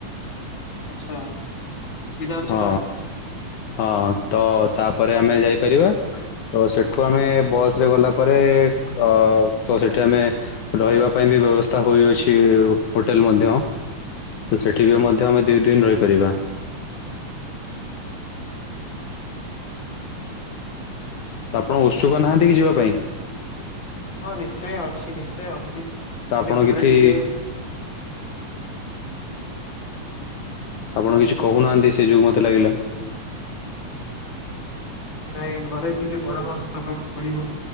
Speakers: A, on the left (about 35°); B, on the left (about 70°).
A: ଆଚ୍ଛା। ସୁବିଧା ଅଛି
B: ହଁ
A: ତାହେଲେ।
B: ହଁ, ତ ତାପରେ ଆମେ ଯାଇପାରିବା। ତ ସେଠୁ ଆମେ ବସରେ ଗଲା ପରେ ଅ ତ ସେଠି ଆମେ ରହିବା ପାଇଁ ବି ବ୍ୟବସ୍ଥା ହୋଇଅଛି ହୋଟେଲ ମଧ୍ୟ। ତ ସେଠି ବି ମଧ୍ୟ ଆମେ ଦି ଦିନ ରହିପାରିବା। ତ ଆପଣ ଉତ୍ସୁକ ନାହାଁନ୍ତି କି ଯିବା ପାଇଁ?
A: ହଁ ନିଶ୍ଚୟ ଅଛି ନିଶ୍ଚୟ ଅଛି।
B: ତ
A: ଖାଲି
B: ଆପଣ
A: ଘରେ
B: କିଥି
A: ଟିକେ
B: ଆପଣ କିଛି କହୁନାହାନ୍ତି, ସେଇ ଯୋଗୁ ମତେ ଲାଗିଲା।
A: ନାଇଁ, ଘରେ ଟିକେ ପରାମର୍ଶ ନେବାକୁ ପଡିବ।